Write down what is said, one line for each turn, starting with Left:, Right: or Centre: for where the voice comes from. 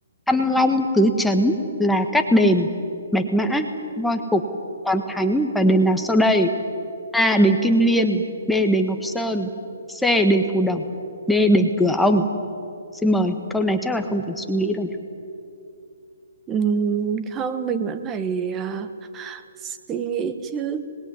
Centre: Thăng Long tứ trấn là Cát Đền, Bạch Mã, Voi Phục, Toàn Thánh và đền nào sau đây? A. Đền Kim Liên, B. Đền Ngọc Sơn, C. Đền Phù Đổng, D. Đền Cửa Ông. Xin mời. Câu này chắc là không cần suy nghĩ đâu nhỉ?
Right: Ừm, không mình vẫn phải à, suy nghĩ chứ